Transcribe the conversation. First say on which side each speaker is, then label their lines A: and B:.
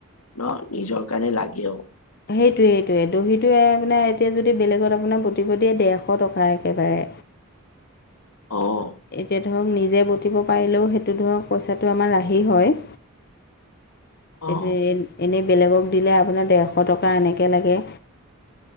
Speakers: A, on the left (about 85°); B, on the left (about 45°).
A: ন নিজৰ কাৰণে লাগেও।
B: সেইটোৱেই সেইটোৱে দহিটোৱে আপোনাৰ এতিয়া যদি বেলেগত আপোনাৰ বটিব দিয়ে ডেৰশ টকা একেবাৰে।
A: অ'
B: এতিয়া ধৰক নিজে বটিব পাৰিলেও সেইটো ধৰক পইচাটো আমাৰ ৰাহি হয়।
A: অ',
B: এনেই বেলেগক দিলে আপোনাৰ ডেৰশ টকা এনেকে লাগে।